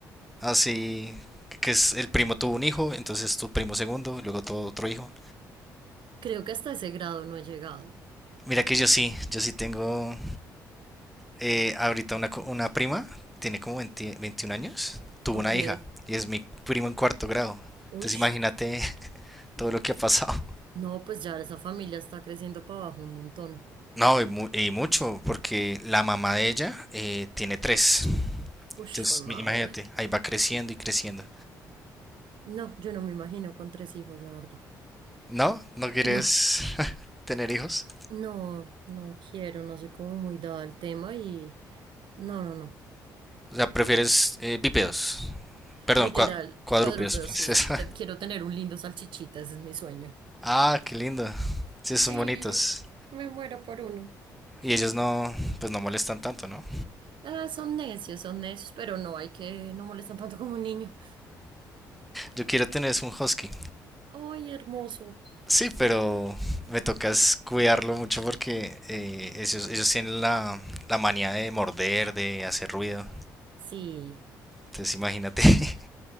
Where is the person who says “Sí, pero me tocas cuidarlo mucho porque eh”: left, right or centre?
Centre